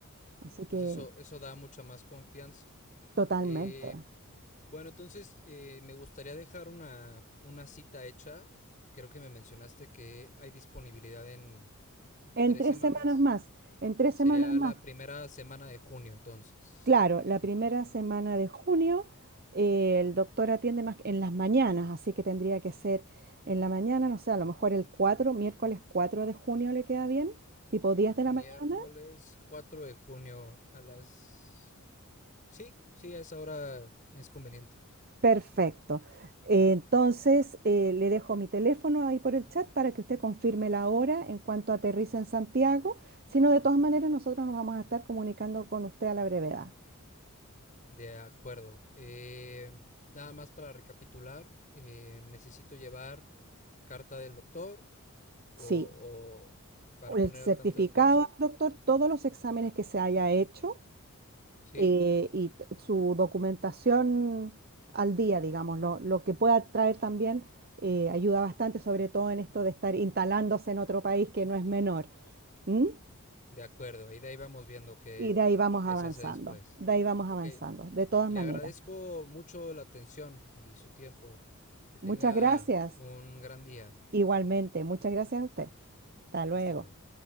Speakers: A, on the right; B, on the left.
A: Así
B: No, pues
A: que
B: eso, eso da mucha más confianza.
A: totalmente.
B: Eh, bueno, entonces eh, me gustaría dejar una, una cita hecha. Creo que me mencionaste que hay disponibilidad en
A: En
B: tres
A: tres
B: semanas.
A: semanas más, en tres
B: Sería
A: semanas más.
B: la primera semana de junio entonces.
A: Claro, la primera semana de junio eh, el doctor atiende más en las mañanas, así que tendría que ser en la mañana, no sé, a lo mejor el cuatro, miércoles 4 de junio le queda bien, tipo 10 de
B: Miércoles
A: la mañana.
B: 4 de junio a las... Sí, sí, a esa hora es conveniente.
A: Perfecto. Eh, entonces eh, le dejo mi teléfono ahí por el chat para que usted confirme la hora en cuanto aterrice en Santiago, si no, de todas maneras nosotros nos vamos a estar comunicando con usted a la brevedad.
B: De acuerdo. Eh, nada más para recapitular, eh, necesito llevar carta del doctor o,
A: Sí,
B: o para
A: el
B: poner
A: certificado,
B: al tanto del caso.
A: doctor, todos los exámenes que se haya hecho
B: Sí,
A: eh, y t- su documentación al día, digamos, lo, lo que pueda traer también eh, ayuda bastante, sobre todo en esto de estar instalándose en otro país que no es menor. ¿m?
B: de acuerdo. Y de ahí vamos viendo qué,
A: Y de ahí vamos
B: qué
A: avanzando,
B: se hace después.
A: de ahí vamos
B: Ok,
A: avanzando, de todas
B: Le
A: maneras.
B: agradezco mucho la atención y su tiempo. Que tenga
A: Muchas gracias,
B: un gran día.
A: igualmente, muchas gracias a usted. Hasta luego.
B: Hasta luego.